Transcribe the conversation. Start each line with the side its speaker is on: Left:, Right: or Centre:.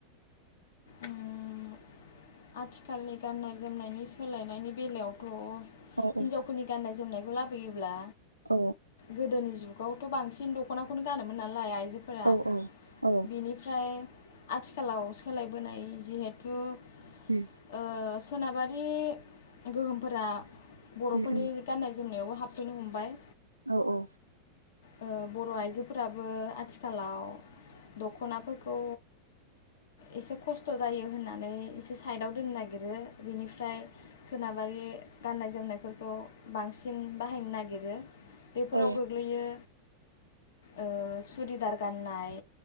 Left: उम आथिखालनि गाननाय जोमनायनि सोलायनायनि बेलायावथ'
Right: औ
Left: हिनजावफोरनि
Right: औ
Left: गाननाय जोमनाय। लाबोयोब्ला
Right: औ
Left: गोदोनि जुग जुगावथ बांसिन दखनाखौनो गानोमोन नालाय आय जोफोरा
Right: औ औ औ
Left: बिनिफ्राय आथिखालाव सोलायबोनाय जिहेथु औस।
Right: उम
Left: सोनाबारि गोहोमफोरा। बर'फोरनि
Right: उम उम
Left: गाननाय जोंम मोनायावबो हाबफैनो हमबाय।
Right: औ औ।
Left: ओ बर' आइजोफोराबो आथिखालाव दखनाफोरखौ एसे खस्थ' जायो होननानै एसे साइदआव दोननो नागिरो बेनिफ्राय सोनाबारि गाननाय जोमनायफोरखौ बांसिन बाहायनो नागिरो। बेफोराव
Right: औ
Left: गोग्लैयो ओ सुरिदार गाननाय।